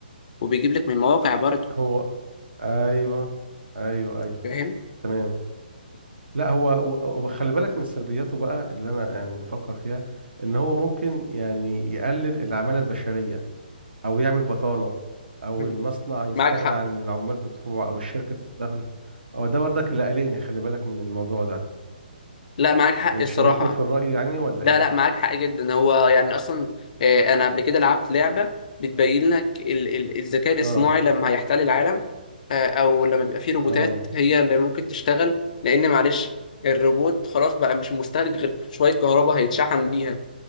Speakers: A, on the left (about 50°); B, on the right (about 80°).
A: وبيجيب لك من مواقع برضه
B: هو ايوه ايوه ايوه
A: فاهم
B: تمام لا هو و- وخلي بالك من سلبياته بقى اللي انا يعني بفكر فيها ان هو ممكن يعني يقلل العمالة البشرية او يعمل بطالة او
A: مم.
B: المصنع يستغنى
A: معاك حق
B: عن العمال بتوعه او الشركة تستغنى هو ده برضك اللي قلقني خلي بالك من الموضوع ده
A: لا معاك حق
B: تشاركني
A: الصراحة
B: في الرأي يعني ولا
A: لا
B: ايه
A: لا معاك حق جدا هو يعني اصلا آه، انا قبل كده لعبت لعبه بتبين لك ال- ال- الذكاء الاصطناعي
B: اه
A: لما هيحتل العالم آه، او لما بيبقى فيه روبوتات
B: اه
A: هي اللي ممكن تشتغل لان معلش الروبوت خلاص بقى مش مستهلك غير شويه كهرباء هيتشحن بيها